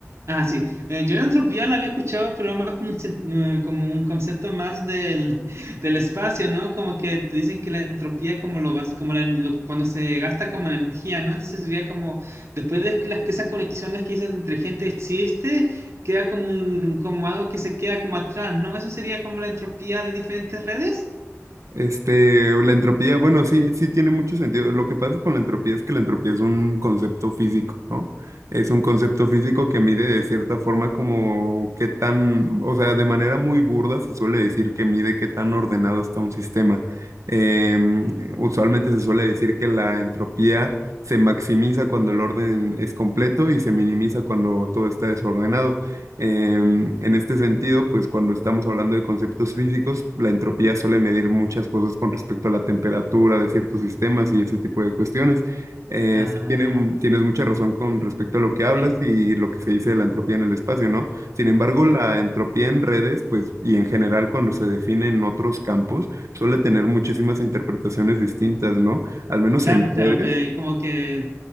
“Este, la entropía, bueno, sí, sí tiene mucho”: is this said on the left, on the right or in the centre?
Right